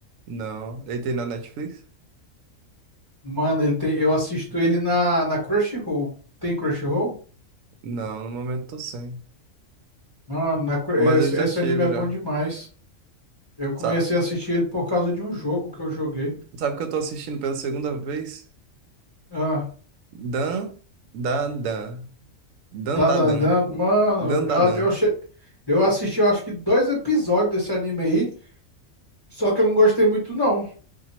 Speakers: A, on the right (about 80°); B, on the left (about 20°).
A: Não. Ele tem na Netflix?
B: Mano, ele tem, eu assisto ele na, na Crunchyroll. Tem Crunchyroll?
A: Não, no momento tô sem.
B: Mano, na Cru-
A: Mas
B: esse,
A: eu já
B: esse
A: tive,
B: anime é
A: já.
B: bom demais. Eu comecei
A: Sabe,
B: a assistir ele por causa de um jogo que eu joguei.
A: sabe o que eu tô assistindo pela segunda vez?
B: ah
A: Dan, da, Dan. Dan,
B: Tadadã,
A: da, Dan.
B: mano,
A: Dan,
B: eu,
A: da, Dan.
B: eu achei. Eu assisti, eu acho que dois episódios desse anime aí, só que eu não gostei muito, não.